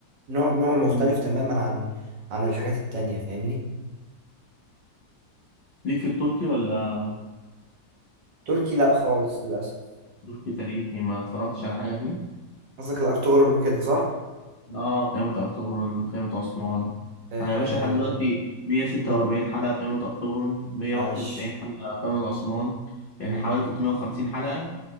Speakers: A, on the right; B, on the left.
A: نوع نوع مختلف
B: مم.
A: تماما عن عن الحاجات التانية فاهمني
B: ليك في التركي ولا
A: تركي لا خالص للاسف
B: تركي تاريخي ما اتفرجتش على حاجة فيه؟
A: قصدك الارطغرل وكده صح
B: اه قيامة ارطغرل قيامة عثمان
A: آه...
B: انا يا باشا لحد دلوقتي 146
A: مم.
B: حلقة قيامة ارطغرل 191
A: عاش
B: حلقة قيامة عثمان يعني
A: مم.
B: حوالي 350 حلقة